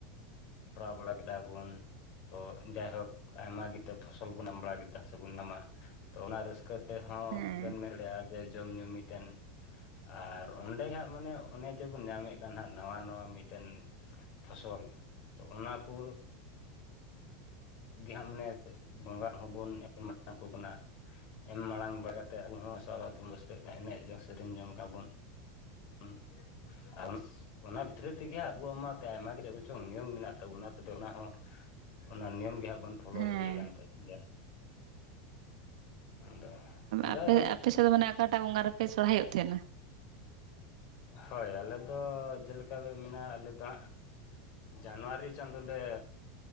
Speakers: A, on the left; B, on the right.
A: ᱯᱨᱟᱣ ᱵᱟᱲᱟ ᱠᱮᱫᱟ ᱵᱚᱱ, ᱛᱚ ᱡᱟᱭᱦᱳᱠ ᱟᱭᱢᱟ ᱜᱮᱛ ᱯᱷᱚᱥᱚᱞ ᱵᱚᱱ ᱮᱢᱟᱢ ᱵᱟᱲᱟ ᱠᱮᱫᱟ ᱥᱮ ᱵᱚᱱ ᱧᱟᱢᱟ ᱛᱚ ᱚᱱᱟ ᱨᱟᱹᱥ ᱠᱟᱹ ᱛᱮ ᱦᱚᱸ
B: ᱦᱮᱸ
A: ᱵᱮᱱ ᱢᱮᱱ ᱫᱟᱲᱮᱭᱟᱜᱼᱟ ᱡᱮ ᱡᱚᱢᱼᱧᱩ ᱢᱤᱫᱴᱟᱝ ᱟᱨ ᱚᱸᱰᱮ ᱦᱟᱸᱜ ᱢᱟᱱᱮ ᱚᱱᱮ ᱡᱮᱵᱚᱱ ᱧᱟᱢᱮᱫ ᱠᱟᱱ ᱦᱜ ᱱᱟᱣᱟ ᱱᱟᱣᱟ ᱢᱤᱫᱴᱮᱱ ᱯᱷᱚᱥᱚᱞ ᱛᱚ ᱚᱱᱟ ᱠᱚ ᱜᱮ ᱦᱟᱸᱜ ᱢᱟᱱᱮ ᱵᱚᱸᱜᱟ ᱦᱚᱸᱵᱚᱱ ᱮᱢ ᱠᱚ ᱠᱟᱱᱟ᱾ ᱮᱢ ᱢᱟᱲᱟᱝ ᱵᱟᱲᱟ ᱠᱟ ᱠᱟᱛᱮ ᱟᱵ ᱦᱚᱸ <inaudible> ᱛᱮᱵᱚᱱ ᱨᱟᱹᱥᱠᱟᱹ ᱭᱮᱫ ᱠᱟᱱᱟ ᱮᱱᱮᱡ ᱡᱚᱝ ᱥᱮᱨᱮᱧ ᱡᱚᱝ ᱞᱮᱠᱟᱵᱚᱱ ᱦᱮᱸ ᱟᱨ ᱚᱱᱟ ᱵᱷᱤᱛᱨᱤ ᱛᱮ ᱜᱮ ᱟᱵᱚᱣᱟᱜ ᱢᱟ ᱟᱭᱢᱟ ᱪᱮᱫ ᱠᱚ ᱪᱚᱝ ᱱᱤᱭᱚᱢ ᱢᱮᱱᱟᱜ ᱛᱟᱵᱚᱱᱟ ᱛᱚᱵᱮ ᱚᱱᱟ ᱦᱚᱸ ᱚᱱᱟ ᱱᱤᱭᱚᱢ ᱜᱮ ᱦᱟᱜ ᱵᱚᱱ ᱯᱷᱳᱚᱞᱳ
B: ᱦᱮᱸ
A: ᱤᱫᱤᱭᱮᱫ ᱠᱟᱱ ᱜᱮᱭᱟ, ᱟᱫᱚ ᱡᱟᱭᱦᱳᱠ
B: ᱟᱯᱮ ᱟᱯᱮᱥᱮᱫ ᱢᱟᱱᱮ ᱚᱠᱟᱴᱟᱜ ᱵᱚᱸᱜᱟ ᱨᱮ ᱯᱮ ᱥᱚᱨᱦᱟᱭᱚᱜ ᱛᱟᱦᱮᱱᱟ?
A: ᱦᱳᱭ ᱟᱞᱮ ᱫᱚ ᱡᱮᱞᱮᱠᱟ ᱵᱮ ᱢᱮᱱᱟᱜᱼᱟ ᱟᱞᱮ ᱫᱚ ᱦᱟᱸᱜ ᱡᱟᱱᱩᱣᱟᱨᱤ ᱪᱟᱸᱫᱳ ᱞᱮ